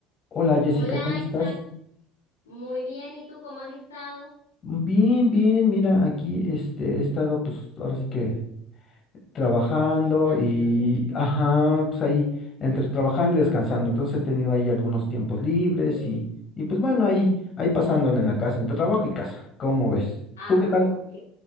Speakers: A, on the left; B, on the left.
A: Hola Jessica,
B: Hola
A: ¿cómo estás?
B: Isaac, muy bien. ¿Y tú cómo has estado?
A: Bien, bien, mira, aquí este, he estado pues ahora sí que trabajando
B: Descansando.
A: y, ajá, pues ahí entre
B: <laughs>
A: trabajando y descansando, entonces he tenido ahí algunos tiempos libres
B: Sí.
A: y, y pues bueno, ahí, ahí pasándole en la casa, entre trabajo y casa, ¿cómo ves?
B: Ah,
A: ¿Tú qué tal?
B: ok.